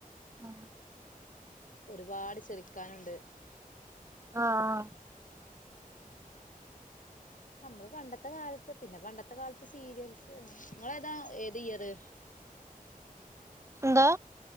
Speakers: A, on the right; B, on the left.
A: ആഹ്
B: ഒരുപാട് ചിറിക്കാനുണ്ട്
A: ആഹ് ആഹ്
B: ഉം നമ്മള് പണ്ടത്തെ കാലത്ത് പിന്നെ പണ്ടത്തെ കാലത്ത് സീരിയൽസ് അങ്ങനെ നിങ്ങളേതാ ഏത് ഇയറ്
A: ന്തോ?